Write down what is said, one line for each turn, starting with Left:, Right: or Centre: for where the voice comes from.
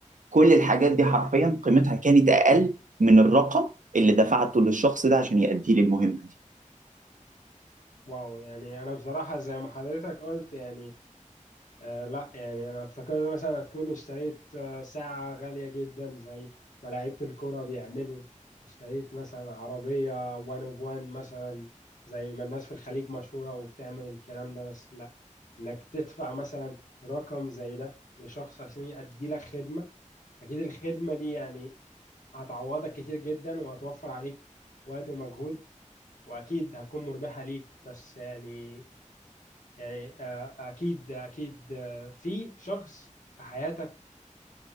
Right: كل الحاجات دي حرفيا قيمتها كانت اقل من الرقم اللي دفعته للشخص ده عشان يأدي لي المهمه دي
Left: واو يعني انا بصراحة زي ما حضرتك قلت يعني آه لا يعني انا افتكرت مثلا هتكون اشتريت آه ساعة غالية جدا زي ما لعيبة الكرة بيعملوا اشتريت مثلا عربية وان اوف وان مثلا زي ما الناس في الخليج مشهورة وبتعمل الكلام ده بس لا انك تدفع مثلا رقم زي ده لشخص عشان يأدي لك خدمة اكيد الخدمة دي يعني هتعوضك كتير جدا وهتوفر عليك وقت ومجهود واكيد هتكون مربحة ليك بس يعني يعني آه، اكيد اكيد آه، في شخص في حياتك